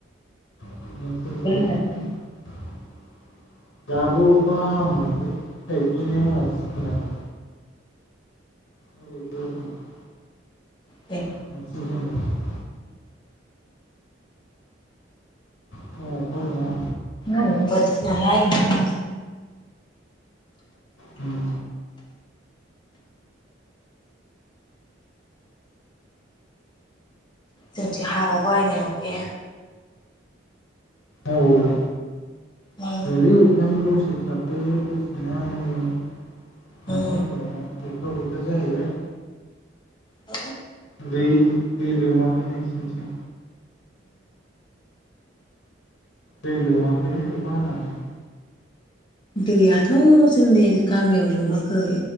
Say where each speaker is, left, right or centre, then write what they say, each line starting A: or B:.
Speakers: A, on the left; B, on the left.
A: <inaudible>
B: हायाखै
A: <inaudible> <unintelligible>
B: दे।
A: <unintelligible> <unintelligible>
B: उम बोथोर नालाय ओंखायनो
A: उम।
B: जोंथिं हाबावबाय नै अखाया
A: अबावबो
B: उम
A: बे अखायानो दसे थाथ'यो दसेनो हायो। माथो
B: उम
A: होनबावनो अखा बोथोर जाहैबाय।
B: हेलौ।
A: दै दै लोमाखै नोंसिनिथिं? दै लोमाखै अखा हानानै?
B: दैयाथ' जोंनि गामियाव लोमाखै।